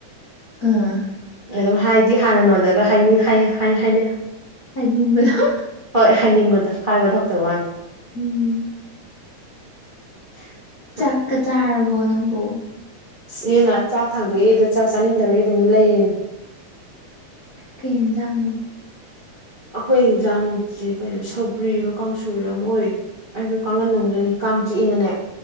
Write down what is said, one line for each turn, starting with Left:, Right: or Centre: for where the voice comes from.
Left: ꯑꯥ
Right: ꯑꯗꯨꯝ ꯍꯥꯏꯗꯤ ꯍꯥꯟꯅ ꯅꯣꯟꯗꯒ ꯍꯥꯏꯅꯤꯡ ꯍꯥꯏꯅꯤ
Left: ꯍꯥꯏꯅꯤꯡꯕꯗꯣ
Right: ꯍꯣꯏ ꯍꯥꯏꯅꯤꯡꯕꯗꯣ ꯍꯥꯏꯕ ꯊꯣꯛꯇꯕ ꯋꯥꯅꯤ
Left: ꯎꯝ
Right: <inaudible>
Left: ꯆꯥꯛꯀ ꯆꯥꯔꯕꯣ ꯅꯪꯕꯨꯣ
Right: ꯑꯦꯃ ꯆꯥꯛ ꯊꯥꯡꯗꯣꯛꯏ ꯑꯗꯣ ꯆꯥꯛ ꯆꯥꯅꯤꯡꯗꯕꯒꯤ ꯑꯗꯨꯝ ꯂꯩꯌꯦꯅꯦ
Left: ꯀꯩ ꯌꯦꯟꯁꯥꯡꯗꯣ
Right: ꯑꯩꯈꯣꯏ ꯌꯦꯟꯖꯥꯡꯁꯦ ꯀꯩꯅꯣ ꯁꯧꯒ꯭ꯔꯤꯔꯣ ꯀꯥꯡꯁꯣꯏꯔꯣ ꯑꯃ ꯑꯣꯏ ꯑꯩꯁꯨ ꯀꯥꯡꯒꯟ ꯃꯗꯨꯅꯤ ꯀꯥꯡ ꯆꯤꯛꯏꯅꯅꯦ